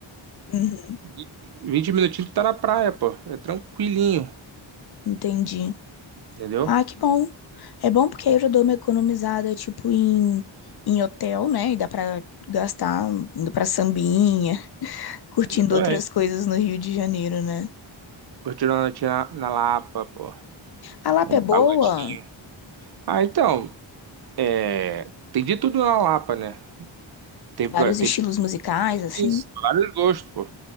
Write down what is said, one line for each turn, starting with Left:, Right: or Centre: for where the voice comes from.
Left: Uhum,
Right: Vi- 20 minutinhos tu tá na praia, pô. É tranquilinho,
Left: entendi.
Right: entendeu?
Left: Ah, que bom. É bom porque aí eu já dou uma economizada, tipo, em, em hotel, né? E dá pra gastar indo pra sambinha, <laughs> curtindo
Right: Exatamente.
Left: outras coisas no Rio de Janeiro, né?
Right: Curtindo a noite na, na Lapa, pô.
Left: A Lapa
Right: Um
Left: é boa,
Right: pagodinho. Ah, então, é, tem de tudo na Lapa, né? Tem,
Left: vários
Right: pra- tem
Left: estilos musicais, assim.
Right: Isso, vários gostos, pô.